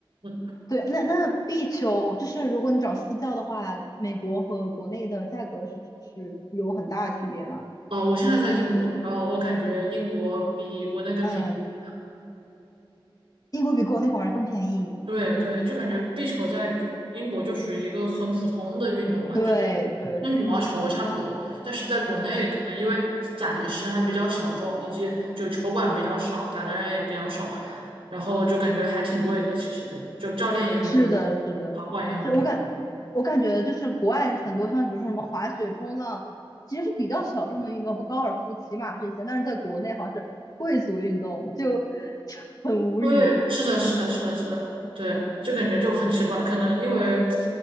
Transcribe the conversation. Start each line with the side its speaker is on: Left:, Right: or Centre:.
Right: 嗯，
Left: 对，那那壁球就是如果你找私教的话，美国和国内的价格是是有很大的区别吗？
Right: 哦，我现在在英国，然后我感觉英国比国内更便宜。
Left: 嗯，英国比国内反而更便宜。
Right: 对对，就感觉壁球在英国就属于一个很普通的运动吧，
Left: 对对。
Right: 就跟羽毛球差不多。但是在国内，
Left: 是
Right: 可能因为暂时还比较小众，以及就球馆比较少，打的人也比较少吧，然后就感觉还挺贵的。其实就就教练也很贵，
Left: 是的，是的，
Right: 场馆也很贵。
Left: 是我感我感觉就是国外很多像比如说什么滑雪、冲浪，其实是比较小众的运动，不高尔夫、骑马这些，但是在国内好像是贵族运动，就 <laughs> 就很无语
Right: 对，是的，是的，是的，是的，对，就感觉就很奇怪，可能因为，